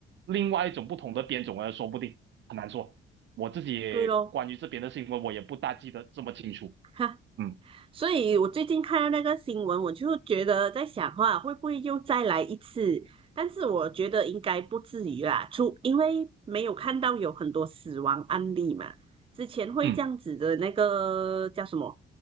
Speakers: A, on the right (about 65°); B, on the right (about 25°).
A: 另外一种不同的变种了，说不定很难说。我自己也关于这边的新闻，
B: 对咯。
A: 我也不大记得这么清楚。
B: <laughs>
A: 嗯
B: 所以我最近看到那个新闻，我就觉得在想话会不会又再来一次？但是我觉得应该不至于啦，出因为没有看到有很多死亡案例嘛。之前会这样子的那个叫什么？
A: 嗯